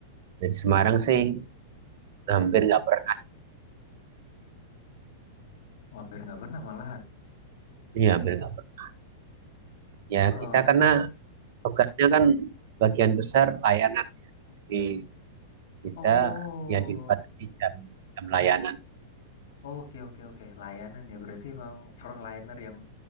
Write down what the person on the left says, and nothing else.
Oh, hampir nggak pernah malahan.
Eh,
oh,
oke oke oke. Layanan ya berarti emang frontliner yang